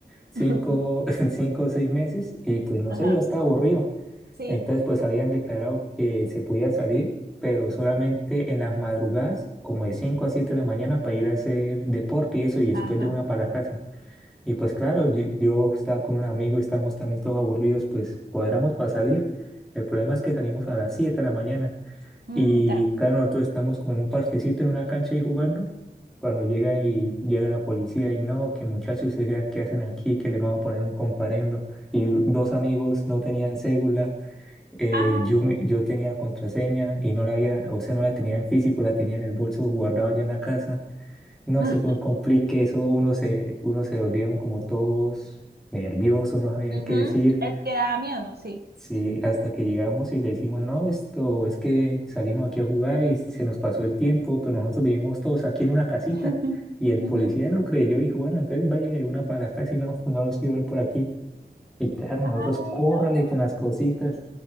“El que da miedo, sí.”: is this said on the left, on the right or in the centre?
Right